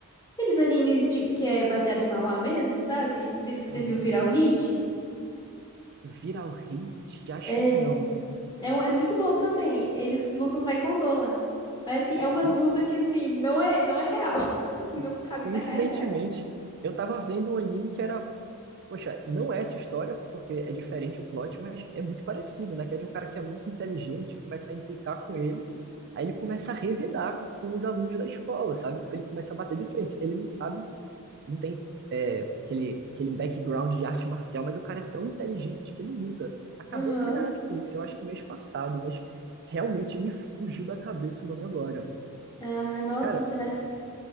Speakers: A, on the left (about 20°); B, on the right (about 50°).
A: Aqueles animes de... que é baseado em manhwa mesmo, sabe? Não sei se você
B: Aham.
A: viu Viral Hit.
B: Viral Hit? Acho
A: É,
B: que não.
A: é, um- é muito bom também. Eles lutam taekwondo lá. Mas assim, é umas
B: Não,
A: lutas que assim, não é, não é real. <laughs> Não
B: é.
A: cabe
B: Coincidentemente,
A: na realidade.
B: eu tava vendo um anime que era Poxa, não é essa história, porque é diferente o plot, mas é muito parecido, né? Que é de um cara que é muito inteligente, começa a implicar com ele, aí ele começa a revidar com os alunos da escola, sabe? Tipo, ele começa a bater de frente. Ele não sabe, não tem é, aquele, aquele background de arte marcial, mas o cara é tão inteligente que ele luta. Acabou
A: Aham.
B: de sair na Netflix, eu acho que mês passado, mas realmente me fugiu da cabeça o nome agora.
A: Ah, nossa,
B: Mas, cara,
A: será?